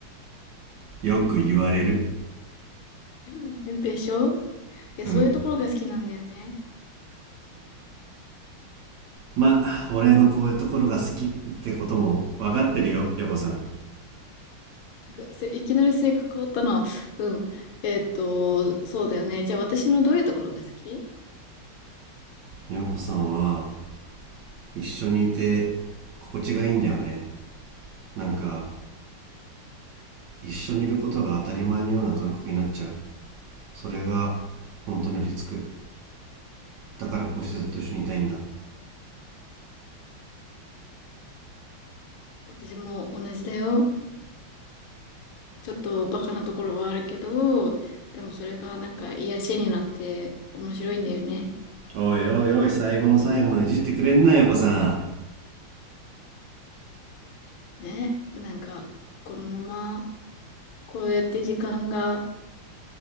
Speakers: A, on the right (about 65°); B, on the left (about 80°).
A: んよく言われる
B: あ、<laughs> でしょいや、
A: うん
B: そういうところが好きなんだよね。
A: まあ俺のこういうところが好きってことも分かってるよよ子さん
B: なんかせ、いきなり性格変わったな。うん。えーっと、そうだよね。じゃあ私のどういうところが好き
A: 陽子さんは一緒にいて心地がいいんだよねなんか一緒にいることが当たり前のような感覚になっちゃうそれが本当に落ち着くだからこうしてずっと一緒にいたいんだ
B: うん。私も同じだよ。ちょっとバカなところはあるけど、でもそれがなんか癒しになって面白いんだよね。
A: おいおいおい最後の最後までいじってくれんなよ子さん
B: ね。なんか、このままこうやって時間が、